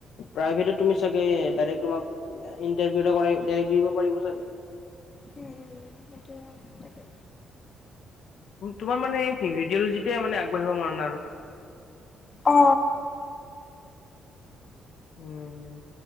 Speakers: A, on the left (about 70°); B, on the left (about 35°).
A: প্ৰাইভেট তুমি চাগে ডাইৰেক্ তোমাক ইণ্টাৰভিউ এটা ডাইৰেক্ট দিব পাৰিব চাগে।
B: উম, উম তাকে।
A: তোমাৰ মানে ৰেডিঅ'লজিতে মানে আগবাঢ়িব মন আৰু?
B: অ।
A: উম,